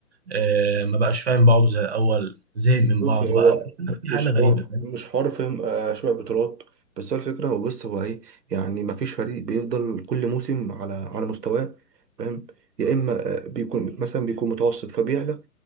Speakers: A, on the right; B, on the right.
A: آه ما بقاش فاهم بعضه زي الاول زهق من
B: بص
A: بعضه
B: هو
A: بقى في
B: مش
A: حاله غريبه
B: حوار
A: فاهم
B: مش حوار فاهم آه، شبع بطولات بس هو الفكره هو بص هو ايه يعني ما فيش فريق بيفضل كل موسم على على مستواه فاهم يا اما آه، بيكون مثلا بيكون متوسط فبيعلى يا